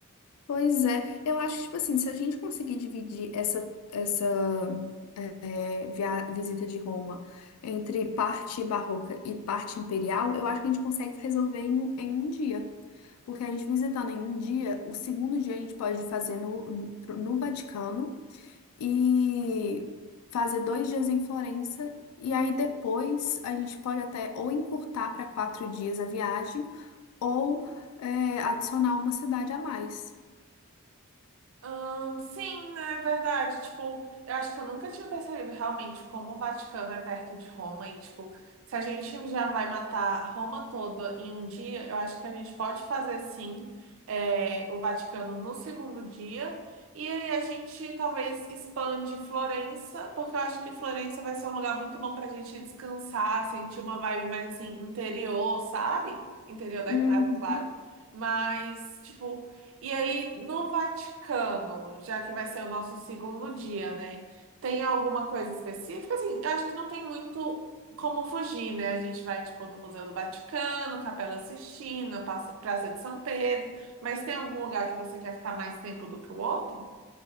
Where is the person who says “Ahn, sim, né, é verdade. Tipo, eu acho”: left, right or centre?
Right